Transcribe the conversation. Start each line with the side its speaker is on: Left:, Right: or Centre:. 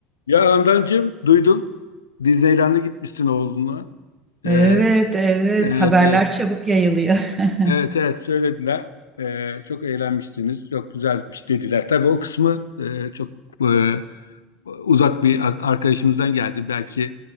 Left: Ya Handancığım duydum. Disneyland'e gitmişsin oğlunla.
Right: Evet,
Left: Ee,
Right: evet.
Left: evet
Right: Haberler
Left: evet.
Right: çabuk yayılıyor. <laughs>
Left: Evet evet söylediler. Ee, çok eğlenmişsiniz. Çok güzelmiş dediler. Tabii o kısmı e, çok e, uzak bir ar- arkadaşımızdan geldi. Belki